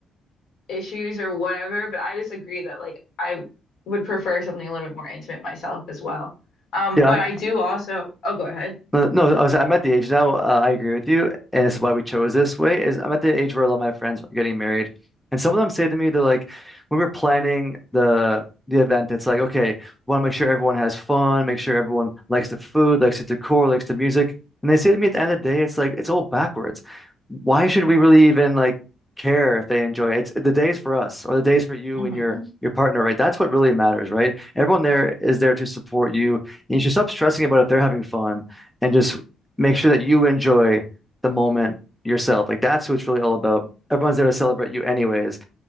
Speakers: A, on the left (about 75°); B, in the centre.
A: issues or whatever, but I just agree that like I would prefer something a little bit more intimate myself as well. Um,
B: Yeah,
A: but
B: I'm.
A: I do also, oh, go ahead.
B: Uh, No, I was, I'm at the age now. Uh, I agree with you, and this is why we chose this way. Is I'm at the age where a lot of my friends are getting married, and some of them say to me, they're like, when we were planning the the event, it's like, okay, we want to make sure everyone has fun, make sure everyone likes the food, likes the decor, likes the music, and they say to me at the end of the day, it's like it's all backwards. Why should we really even like care if they enjoy it? It's the day's for us, or the day's for you
A: hmm
B: and your your partner, right? That's what really matters, right? Everyone there is there to support you, and you should stop stressing about if they're having fun and just make sure that you enjoy the moment yourself. Like that's what it's really all about. Everyone's there to celebrate you anyways.